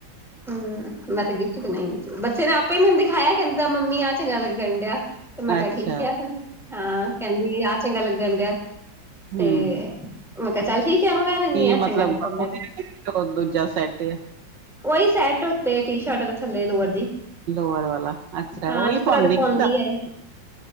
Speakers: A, in the centre; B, on the right.
A: ਹੂੰ ਮੈਂ ਤੇ ਗੀ <unintelligible> ਨਈ ਬੱਚੇ ਬੱਚੇ ਨੇ ਆਪੇ ਮੈਨੂੰ ਦਿਖਾਇਆ ਕੈਂਦਾ ਮੰਮੀ ਆਹ ਚੰਗਾ ਲੱਗਣ ਡਿਆ। ਤੇ ਮੈਂ ਕਿਹਾ
B: ਅੱਛਾ
A: ਠੀਕ ਆ ਫਿਰ, ਹਾਂ ਕਹਿੰਦੀ ਆ ਚੰਗਾ ਲੱਗਣ ਡਿਆ ਤੇ
B: ਹੂੰ
A: ਮੈਂ ਕਿਹਾ ਚੱਲ ਠੀਕ ਐ ਮੰਗਵਾ ਦਿੰਨੀ
B: ਕੀ
A: ਆ,
B: ਮਤਲਬ
A: ਚੰਗਾ ਲੱਗਣ ਡਿਆ
B: ਉਹ
A: ਤੇ।
B: ਦੂਜਾ ਸੈੱਟ ਐ।
A: ਉਹੀ ਸੈਟ ਉੱਤੇ ਟੀ ਸ਼ਰਟ ਦੇ ਥੱਲੇ ਲੋਅਰ ਜੀ।
B: ਲੋਵਰ ਵਾਲਾ ਅੱਛਾ,
A: ਹਾਂ
B: ਓਹੀ
A: ਜਿਸ ਤਰ੍ਹਾਂ
B: ਪਾਉਂਦੀ,
A: ਦੇ
B: <inaudible>
A: ਆ ਇਹ